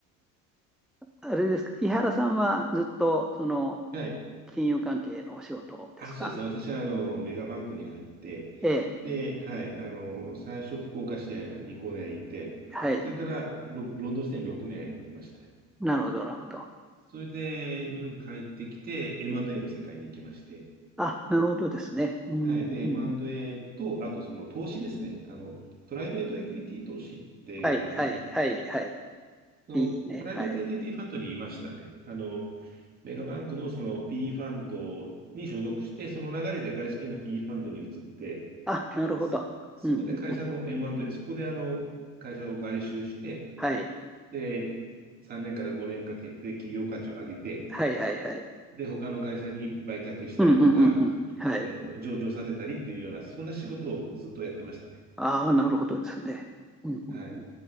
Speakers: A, in the centre; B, on the right.
A: あれですか、井原さんはずっとその
B: はい。
A: 金融関係のお仕事ですか。
B: あ、そうですね。私は、あの、メガバンクに入って、
A: ええ、
B: で、はい。あの、最初、福岡支店に5年いて、
A: はい、
B: それから、ロ、ロンドン支店に6年いました。
A: なるほど、なるほど。
B: それで、日本に帰ってきて、M&A の世界に行きまして、
A: あ、なるほどですね。うん、
B: はい。で、M&A
A: うんうん
B: と、あとその投資ですね。あの、プライベートエクイティ投資ってご存知ですかはい
A: はい、はい、はい、はい。
B: その、
A: いいね、
B: プライベートエクイティファンドにいましたね。
A: はい。
B: あの、メガバンクのその PE ファンドに所属して、その流れで外資系の PE ファンドに移って、
A: あ、なるほど。
B: そそこで会社の
A: うん、うん、
B: M&A、そこであの、会社を買収して、
A: はい、
B: で、3年から5年かけて企業価値を上げて、
A: はい、はい、はい。
B: で、他の会社に売却したりとか、
A: うん、うん、うん、うん。はい。
B: あの、上場させたりっていうような、そんな仕事をずっとやってましたね。
A: ああ、なるほどですね。うん、うん、
B: はい。
A: うん。